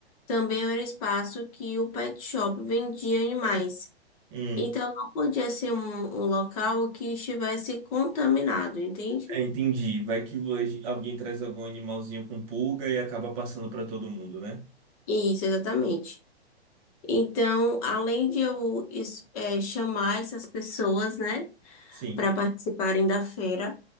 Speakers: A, on the left; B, on the right.
A: também era espaço que o pet shop vendia animais.
B: hum.
A: Então não podia ser um, um local que estivesse contaminado, entende?
B: É, entendi. Vai que vo- alguém traz algum animalzinho com pulga e acaba passando pra todo mundo, né?
A: Isso, exatamente. Então, além de eu es- eh, chamar essas pessoas, né,
B: Sim.
A: para participarem da feira,